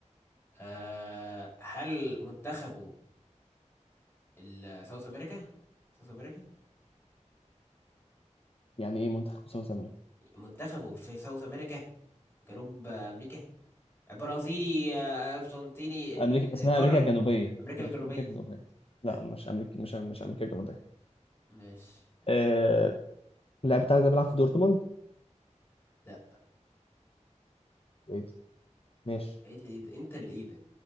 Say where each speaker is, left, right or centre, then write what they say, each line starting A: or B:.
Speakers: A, on the left; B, on the left.
A: آه هل منتخبه ال- ساوث امريكا ساوث امريكا
B: يعني ايه منتخب مساوس امريكا
A: منتخبه في ساوث امريكا جنوب امريكا برازيلي آه، ارجنتيني ال-
B: امريكا اسمها
A: القارة
B: امريكا الجنوبيه
A: امريكا
B: ماشي
A: الجنوبية
B: امريكا الجنوبيه لا
A: آه،
B: مش امريكا مش مش امريكا الجنوبيه
A: ماشي
B: آه... اللاعب بتاعك ده بيلعب في دورتموند
A: لا
B: ويت ماشي
A: ايه اللي ايه ده انت اللي ايه ده